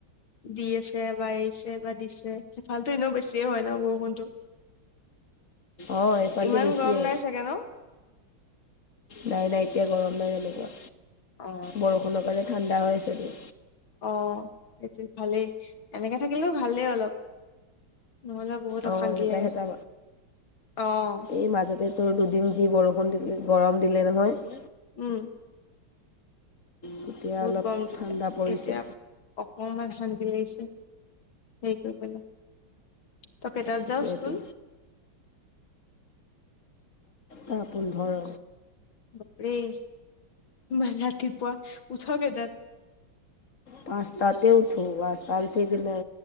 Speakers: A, on the left; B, on the left.
A: দি আছে এবা এৰিছে বা দিছে সেইফালতো এনেও বেছিয়ে হয় ন বৰষুণটো।
B: অ এইফালটো
A: ইমান
B: বেছিয়ে
A: গৰম নাই চাগে ন?
B: নাই নাই এতিয়া গৰম নাই কেনেকোৱা।
A: অ
B: বৰষুণৰ কাৰণে ঠাণ্ডা হৈ আছে।
A: অ সেইটো ভালেই, এনেকে থাকিলেও ভালেই অলপ। নহলে বহুত
B: অঁ
A: অশান্তি
B: এনেকৈ
A: লাগে।
B: থকা
A: অঁ।
B: এই মাজতে তোৰ দুদিন যি বৰষুণ দিলে, গৰম দিলে নহয়।
A: উম।
B: তেতিয়া
A: বহুত
B: অলপ
A: গৰম দিলে
B: ঠাণ্ডা পৰিছে
A: এতিয়া অকমান শান্তি লাগিছে। সেইটোৰ ফালে। তই কেইটাত
B: সেইটোৱেতো
A: যাওঁ স্কুল?
B: টা পোন্ধৰ।
A: বপৰে ইমান ৰাতিপোৱা উঠ কেইটাত?
B: পাঁচতাতে উঠো, পাচতাত উঠি কেনে